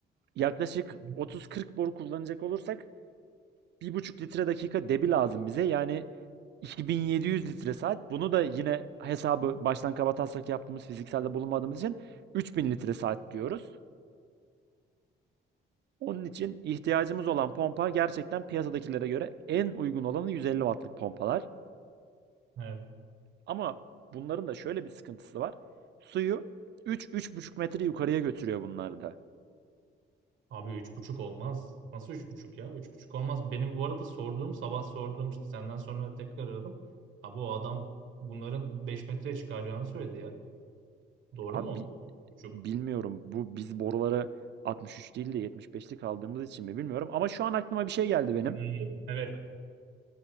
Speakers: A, on the right (about 60°); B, on the right (about 80°).
A: Yaklaşık
B: Hı hı.
A: 30-40 boru kullanacak olursak 1,5 litre dakika debi lazım bize. Yani 2700 litre saat. Bunu da yine hesabı baştan kabataslak yaptığımız fizikselde bulunmadığımız için 3000 litre saat diyoruz. Onun için ihtiyacımız olan pompa gerçekten piyasadakilere göre en uygun olanı 150 wattlık pompalar.
B: Evet.
A: Ama bunların da şöyle bir sıkıntısı var. Suyu 3 buçuk metre yukarıya götürüyor bunlar da.
B: Abi 3,5 olmaz. Nasıl 3,5 ya? 3,5 olmaz. Benim bu arada sorduğum sabah sorduğum işte senden sonra tekrar aradım. Abi o adam bunların 5 metreye çıkaracağını söyledi ya. Doğru
A: Abi
B: mu? 3,5.
A: bilmiyorum bu biz boruları 63 değil de 75'lik aldığımız için mi bilmiyorum. Ama şu an aklıma bir şey geldi benim.
B: Hmm, evet.